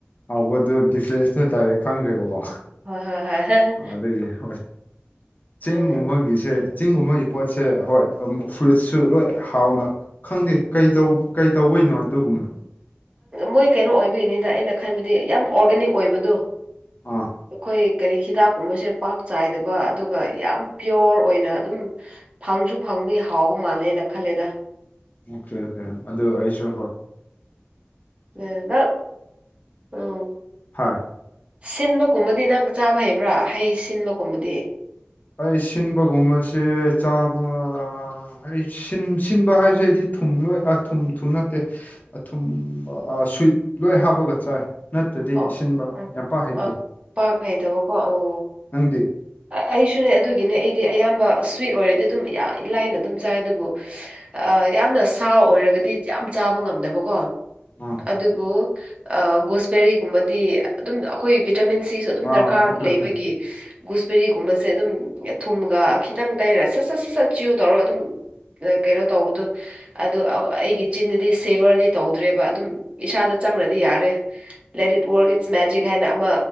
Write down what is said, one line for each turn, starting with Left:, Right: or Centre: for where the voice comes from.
Left: ꯍꯥꯎꯧꯕꯗꯨ ꯗꯤꯐ꯭ꯔꯦꯟꯁꯇꯨ ꯗꯥꯏꯔꯦꯛ ꯈꯪꯈ꯭ꯔꯦꯕꯀꯣ
Right: ꯍꯣꯏ ꯍꯣꯏ ꯍꯣꯏ
Left: ꯑꯗꯨꯗꯤ ꯍꯣꯏ ꯆꯤꯡꯒꯨꯝꯕꯒꯤꯁꯦ
Right: ꯎꯝ
Left: ꯆꯤꯡꯒꯨꯝꯕꯒꯤ ꯄꯣꯠꯁꯦ ꯍꯣꯏ ꯐ꯭ꯔꯨꯏꯠꯁꯨ ꯂꯣꯏ ꯍꯥꯎꯅ ꯈꯪꯗꯦ ꯀꯩ ꯇꯧꯕ ꯣꯏꯅ ꯑꯗꯨꯣꯒꯨꯝꯃꯗꯣ
Right: ꯃꯣꯏ ꯀꯩꯅꯣ ꯑꯣꯏꯕꯒꯤꯅꯤꯗ ꯑꯩꯅ ꯈꯟꯕꯗꯤ ꯌꯥꯝ ꯑꯣꯔꯒꯥꯅꯤꯛ ꯑꯣꯏꯕꯗꯣ
Left: ꯑꯥ
Right: ꯑꯩꯈꯣꯏ ꯀꯔꯤ ꯍꯤꯗꯥꯛꯀꯨꯝꯕꯁꯦ ꯄꯥꯛ ꯆꯥꯏꯗꯕ ꯑꯗꯨꯒ ꯌꯥꯝ ꯄꯤꯌꯣꯔ ꯑꯣꯏꯅ ꯑꯗꯨꯝ ꯐꯪꯁꯨ ꯐꯪ ꯒꯤ ꯍꯥꯎꯕ ꯃꯥꯜꯂꯦꯅ ꯈꯜꯂꯦꯗ
Left: ꯑꯣꯀꯦ ꯑꯣꯀꯦ ꯑꯗꯨꯁꯨ ꯍ
Right: ꯎꯝꯗ ꯎꯝ
Left: ꯍꯥꯏ
Right: ꯁꯤꯟꯕꯒꯨꯝꯕꯗꯤ ꯅꯪ ꯆꯥꯕ ꯍꯩꯕ꯭ꯔꯥ ꯍꯩ ꯁꯤꯟꯕꯒꯨꯝꯕꯗꯤ
Left: ꯑꯩ ꯁꯤꯟꯕꯒꯨꯝꯕꯁꯦ ꯆꯥꯕ ꯑꯩ ꯁꯤꯟꯕ ꯍꯥꯏꯁꯦ ꯍꯥꯏꯗꯤ ꯊꯨꯝ ꯂꯣꯏ ꯑ ꯊꯨꯝ ꯊꯨꯝ ꯅꯠꯇꯦ ꯊꯨꯝ ꯁ꯭ꯨꯋꯤꯠ ꯂꯣꯏ ꯍꯥꯞꯄꯒ ꯆꯥꯏ ꯅꯠꯇ꯭ꯔꯗꯤ
Right: ꯑꯣ
Left: ꯁꯤꯟꯕ
Right: ꯎꯝ
Left: ꯌꯥꯝꯄꯥ ꯍꯩꯇꯦꯪ
Right: ꯑ ꯄꯥꯛ ꯍꯩꯇꯕꯀꯣ ꯑꯣ
Left: ꯅꯪꯗꯤ
Right: ꯑꯩꯁꯨꯅꯦ ꯑꯗꯨꯒꯤꯅꯦ ꯑꯩꯗꯤ ꯑꯌꯥꯝꯕ ꯁ꯭ꯋꯤꯠ ꯑꯣꯏꯔꯗꯤ ꯑꯗꯨꯝ ꯏ ꯂꯥꯏꯅ ꯑꯗꯨꯝ ꯆꯥꯏ ꯑꯗꯨꯕꯨ ꯌꯥꯝꯅ ꯁꯥ ꯑꯣꯏꯔꯒꯗꯤ ꯌꯥꯝ ꯆꯥꯕ ꯉꯝꯅꯕꯀꯣ
Left: ꯑꯥ
Right: ꯑꯗꯨꯕꯨ ꯒꯣꯁꯕꯦꯔꯤꯒꯨꯝꯕꯗꯤ ꯑꯗꯨꯝ ꯑꯩꯈꯣꯏ ꯚꯤꯇꯥꯃꯤꯟ ꯁꯤꯁꯨ ꯑꯗꯨꯝ
Left: ꯑꯥ
Right: ꯗꯔꯀꯥꯔ
Left: ꯑꯣꯀꯦ
Right: ꯂꯩꯕꯒꯤ
Left: ꯑꯣꯀꯦ
Right: ꯒꯨꯁꯕꯦꯔꯤꯒꯨꯝꯕꯁꯦ ꯑꯗꯨꯝ ꯊꯨꯝꯒ ꯈꯤꯇꯪ ꯇꯩꯔ ꯁꯠ ꯁꯠ ꯁꯠ ꯁꯠ ꯆꯤꯌꯨ ꯇꯧꯔꯒ ꯑꯗꯨꯝ ꯀꯩꯅꯣ ꯇꯧꯕꯗꯣ ꯑꯗꯨ ꯑꯩꯒꯤ ꯆꯤꯟꯗꯗꯤ ꯁꯦꯚꯔꯗꯤ ꯇꯧꯗ꯭ꯔꯦꯕ ꯑꯗꯨꯝ ꯏꯁꯥꯗ ꯆꯪꯅꯗꯤ ꯌꯥꯔꯦ ꯂꯥꯏꯔꯤ ꯏꯠ ꯋꯥꯔꯛ ꯏꯠꯁ ꯃꯦꯖꯤꯛ ꯍꯥꯏꯅ ꯑꯃ